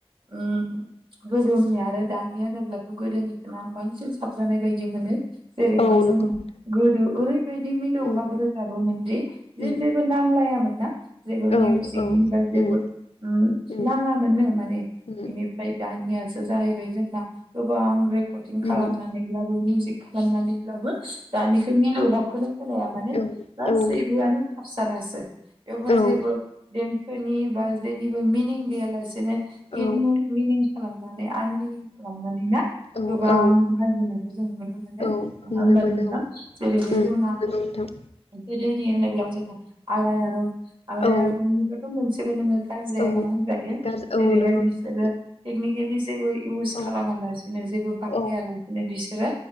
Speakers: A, on the right (about 60°); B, on the left (about 80°).
A: ओम गोदोनि आरो दानि होनोब्लाथ' गोदोनिखौनो आं बांसिन साबजानाय बायदि मोनो जेरैहाय
B: औ
A: जोंङो
B: नंगौ नोंथां
A: गोदो ओरै बिदि मिलौहाब
B: उम
A: रोजाबोमोन दि जे
B: उम
A: जेबो नांलायामोन ना जेबो
B: औ
A: मिउजिकनि
B: औ
A: बा जेबो
B: उम
A: ओम
B: उम
A: नाङामोननो माने
B: उम
A: बेनिफ्राय दानिया सो जाहैबाय जोंना गोबां रेकर्दिं खालामनानैब्लाबो
B: उम
A: मिउजिक खालामनानै लाबो दानिखौ मिलौहाब खौनो खोनाया मानि
B: उम औ
A: गासैबोआनो
B: औ
A: हारसा गोजासो बेवहाय
B: औ
A: जेबो देंखोनि बा जेनिबो मिनिं गैयालासेनो
B: औ
A: इन मिनिं खालामनानै आनमिनिं खालामनानै ना
B: औ
A: गोबां
B: औ
A: बाहायबोनायखौ जों नुनो मोनो नङा
B: औ नुनो
A: होमबा
B: मोनो
A: नोंथां
B: औ
A: जेरैहाय
B: उम
A: <unintelligible>
B: नंगौ नोंथां
A: देग्लाय जोंहा आलाय आरन आलाय
B: औ
A: आरननिबाथ मोनसे थेबो नोङो। गाजजायानो
B: औ
A: बुंजायो
B: गाज्रि औ
A: जेरैहाय
B: नंगौ नोंथां
A: बिसोरो टेकनिकेलि जेबो इउस
B: उम
A: खालामा लासिनो जेबो बाहाया
B: औ
A: लासेनो बिसोरो